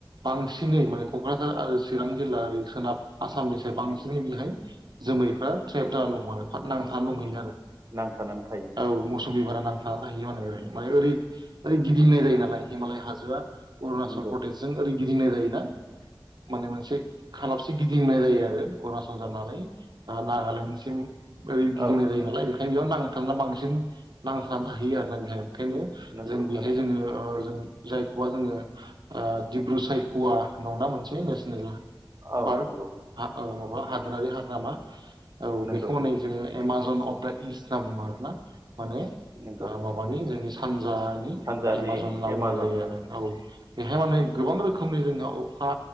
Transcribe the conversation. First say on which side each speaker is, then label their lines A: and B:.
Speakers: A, on the right (about 60°); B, on the right (about 45°).
A: बांसिनै माने क'क्राझार आरो चिरां जिल्ला ओर सोनाब आसामनिस बांसिनै बेहाय जोमैफ्रा ट्रेप जानानै दं माल फ नांथानो दंहैयो आरो।
B: नांथानानै थायो।
A: औ मसम बेमारा नांथाबा थाहायो माने ओरै माने ओरै -ओरै गिदिंनाय जायो नालाय। हिमालय हाजोआ अरुणाचल
B: नंगौ
A: प्रदेशजों ओरै गिदिंनाय जायोना? माने मोनसे खालाबसे गिदिंनाय जायो आरो अरुणाचल जानानै नागालेण्डनिसिम ओरै गिदिंनाय
B: औ
A: जायो नालाय बेखायनो बेयाव नांनो थांना बांसिन नांथाब होयो आरो ना बेहाय ओंखांनो
B: नंगौ
A: जों बेहाय
B: थारैनो
A: जोङो ओ जों जायखौबा जोङो ओ रुसायखुवा नंना मोनसे नेसनेल
B: औ
A: पार्क
B: नंगौ
A: औ माबा हादोरारि हाग्रामा औ
B: नंगौ
A: बेखौ होननाय जोङो एमाजन अफ दा इस्ट होनना बुङो आरोना माने
B: नंगौ
A: माबानि जोंनि सानजानि
B: सानजानि
A: एमाजन होनना
B: एमाजन
A: बुंनाय जायो। आरो औ माने
B: नंगौ
A: <unintelligible> गोबां रोखोमनि जोंहा अखा